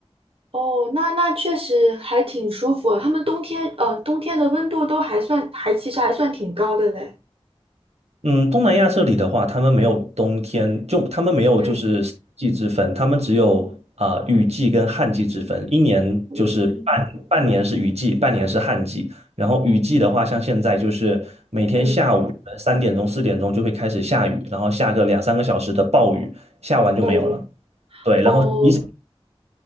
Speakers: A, on the right; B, on the right.
A: 哦，那那确实还挺舒服啊。他们冬天，呃，冬天的温度都还算，还其实还算挺高的嘞。
B: 嗯，东南亚这里的话，他们没有冬天，就他们没有就是四季之分，
A: 嗯
B: 他们只有啊、呃雨季跟旱季之分，一年就是半半年是雨季，
A: 嗯
B: 半年是旱季。然后雨季的话，像现在就是每天下午三点钟、
A: 嗯
B: 四点钟就会开始下雨，然后下个两三个小时的暴雨，下完就没有了。
A: 嗯嗯
B: 对，然后一
A: 哦。